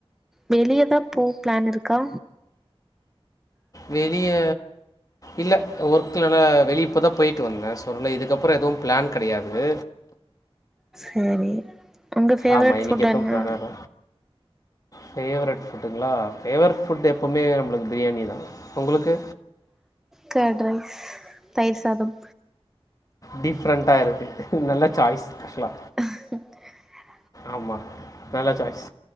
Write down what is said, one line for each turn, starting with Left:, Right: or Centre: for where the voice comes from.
Centre: வெளியே தான் போ பிளான் இருக்கா
Left: வெளிய இல்ல ஒர்க்கில்லா வெளியேப்போ தான் போயிட்டு வந்தேன் சோ இதுக்கப்புறம் எதுவும் பிளான் கிடையாது
Centre: சரி உங்க ஃபேவரைட்
Left: ஆமா. இன்னைக்கு
Centre: ஃபுட்
Left: எதுவும்
Centre: என்ன
Left: பிளான் ஃபேவரட் புட்ங்கள ஃபேவரட் புட் எப்போவுமே நம்மளுக்கு பிரியாணி தான் உங்களுக்கு
Centre: கேட் ரைஸ் தயிர் சாதம்
Left: டிஃப்ரெண்டா இருக்கு நல்ல சாய்ஸ் கல
Centre: <inaudible>
Left: ஆமா நல்ல சாய்ஸ்